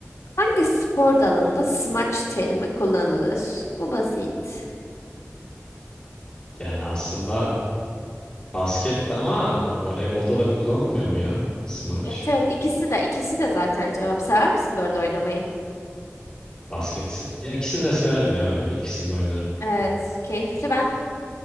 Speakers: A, on the left; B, on the left.
A: hangi spor dalında smaç terimi kullanılır? Bu basit.
B: Yani aslında baskette ama voleybolda da kullanılmıyor mu ya? Smaç.
A: Evet evet ikisi de ikisi de zaten cevap. Sever misin bu oynamayı?
B: Basket. Ya ikisini de severim ya oynamayı. İkisini de oynarım.
A: Evet, keyifli. Ben